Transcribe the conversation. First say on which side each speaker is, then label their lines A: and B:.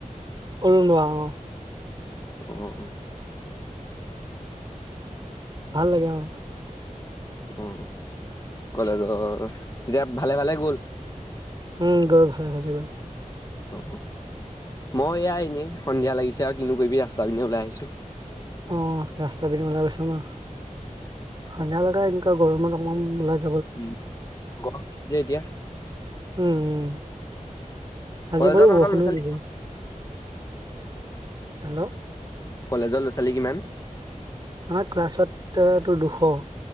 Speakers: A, on the right; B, on the left.
A: অৰুণোৱা অ।
B: অ অ।
A: ভাল লাগে অ।
B: অ কলেজৰ, তেতিয়া ভালে ভালে গল।
A: উম গৈ ভালে পাইছে ক।
B: অ মই এয়াই এনে সন্ধিয়া লাগিছে আউ কিনো কইবি ৰাস্তা পিনি ওলাই আহিছো।
A: অ ৰাস্তা পিনে উলাই গৈছ ন। সন্ধিয়ালৈকে এই দিন। গৰমত অকণমান উলাই।
B: উম উম। গৰম দিন যে এতিয়া।
A: উম উ, আজি
B: কলেজৰ
A: বাৰু
B: তহঁতৰ
A: বৰষুণো
B: ল'ৰা ছোৱালী
A: দিলে। হেল্ল'।
B: কলেজৰ ল'ৰা ছোৱালী কিমান?
A: আমাৰ ক্লাছত ত দুশ।